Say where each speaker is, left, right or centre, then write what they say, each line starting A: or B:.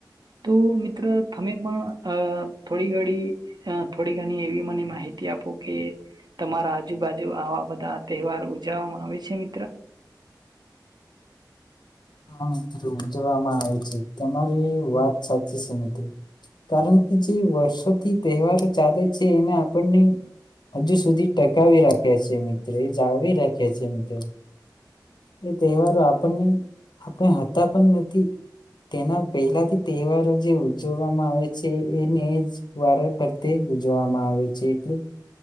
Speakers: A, on the right; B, on the left.
A: તો મિત્ર તમે પણ થોડી ઘણ થોડી ઘણી એવી મને માહિતી આપો કે તમારા આજુબાજુ આવા બધા તહેવાર ઉજવવામાં આવે છે મિત્ર.
B: હા મિત્રો ઉજવામાં આવે છે તમારી વાત સાચી છે મિત્ર કારણ કે જે વર્ષોથી તહેવારો ચાલે છે એને આપણને હજુ સુધી ટકાવી રાખ્યા છે મિત્રો એ જાળવી રાખ્યા છે મિત્રો એ તહેવારો આપણને. આપણે હોતા પણ નથી તેના પહેલાથી તહેવારો જે ઉજવવામાં આવે છે એને એજ વાર ભરતે ઉજવવામાં આવે છે એટલે